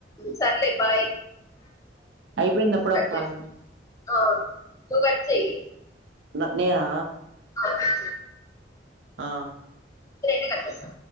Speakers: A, on the left; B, on the right.
A: సర్లే బాయ్
B: అయిపోయిందప్పుడే
A: కట్
B: ఒక కాల్
A: చేసి ఆ నువ్వు కట్ చెయ్యి
B: న నేఆ
A: ఆ, కట్
B: ఆ
A: ఇప్పుడైనా కట్ట్ చేస్తా